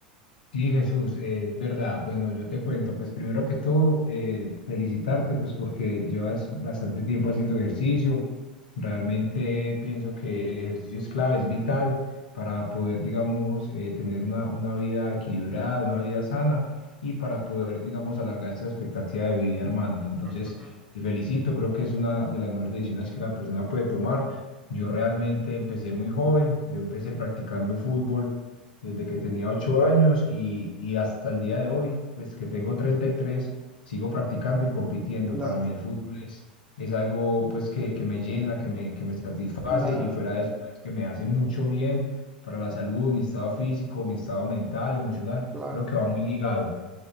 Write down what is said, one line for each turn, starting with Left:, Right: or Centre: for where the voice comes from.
Left: Sí, Jesús, eh, verdad. Bueno, yo te cuento, pues primero que todo, eh, felicitarte, pues porque llevas bastante tiempo haciendo ejercicio. Realmente pienso que el ejercicio es clave, es vital para poder, digamos, eh, tener una, una vida equilibrada, una vida sana y para poder, digamos, alargar esa expectativa de vida, hermano. Entonces,
Right: Mm, mm, mm.
Left: te felicito, creo que es una de las mejores decisiones que una persona puede tomar. Yo realmente empecé muy joven, yo empecé practicando fútbol desde que tenía ocho años y, y hasta el día de hoy, pues que tengo treinta y tres sigo practicando y compitiendo.
Right: Claro.
Left: Para mí el fútbol es, es algo pues que, que me llena, que me, que me satisface
Right: Claro,
Left: y fuera de eso, pues, que me hace mucho bien para la salud, mi estado físico, mi estado mental, emocional,
Right: claro.
Left: creo que va muy ligado.